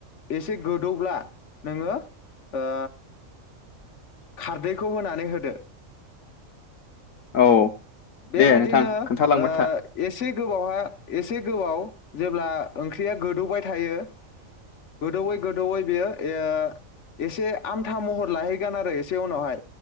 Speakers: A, on the left; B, on the left.
A: एसे गो दौब्ला नोङो ओ खारदैखौ होनानै होदो।
B: औ
A: बेबायदिनो
B: दे नोंथां
A: ओ
B: खोन्थालांबाय था
A: एसे गोबावहा एसे गोबाव जेब्ला ओंख्रिया गोदौबाय थायो गोदौैयै गोदौैयै बेयो एह एसे आमथा महर लाहैगोन आरो एसे उनावहाय